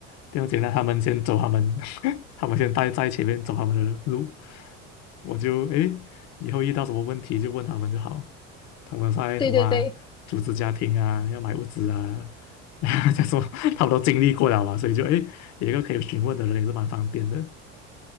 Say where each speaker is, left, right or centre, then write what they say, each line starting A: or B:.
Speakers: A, on the left; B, on the left.
A: 不用紧单。他们先走他们，<laughs> 他们先待在前面走他们的路，我就诶以后遇到什么问题就问他们就好。他们在什么啊组织家庭啊，
B: 对对对
A: 要买物资啊，<laughs> 这样说他们都经历过了嘛，所以就诶有一个可以询问的人也是蛮方便的。